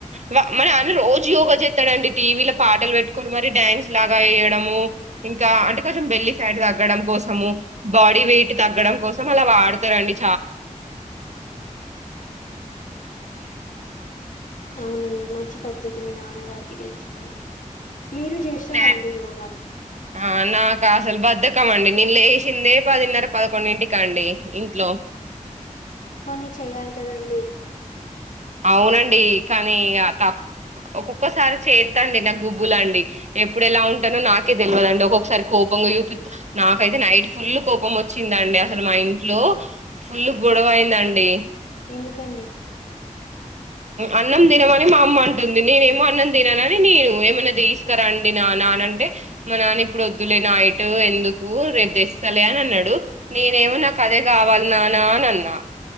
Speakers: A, on the right; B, on the left.
A: మ మా నాన్న రోజు యోగా చేస్తాండి. టీవీలో పాటలు పెట్టుకొని మరి డ్యాన్స్ లాగా వేయడము. ఇంకా అంటే కొంచెం బెల్లి ఫ్యాట్ తగ్గడం కోసము. బాడీ వెయిట్ తగ్గడం కోసం అలా వాడతారండి.
B: అవునండి మంచి పద్ధతి మీ నాన్న నాన్నగారికి తెలిసింది. మీరు చేస్తారాండి
A: నే
B: యోగా
A: ఆ నాకు అసలు బధకం అండి నేను లేసిందే పదిన్నర పదకొండింటికా అండి ఇంట్లో
B: కానీ చెయ్యాలి కదండి
A: అవునండి ఇ కానీ ఆత ఒక్కొక్కసారి చేత్తండి నా గుబులండి అండి ఎప్పుడు ఎలా ఉంటానో నాకే తెలియదుండి ఒక్కొక్కసారి కోపంగా యూపి నాకైతే నైట్ ఫుల్ కోపం ఒచ్చిందండి అసలు మా ఇంట్లో ఫుల్ గొడవ అయిందండి
B: ఎందుకండి
A: అన్నం దినమని మా అమ్మ అంటుంది నేనేమో అన్నం తిననని నేను ఏమన్నా తీసుకురండి నాన్న అని అంటే మా నాన్న ఇప్పుడు వద్దులే నా ఇట్ ఎందుకు రేపు తెస్తాల అని అన్నాడు నేనేమో నాకు అదే గావాలి నానా అని అన్నా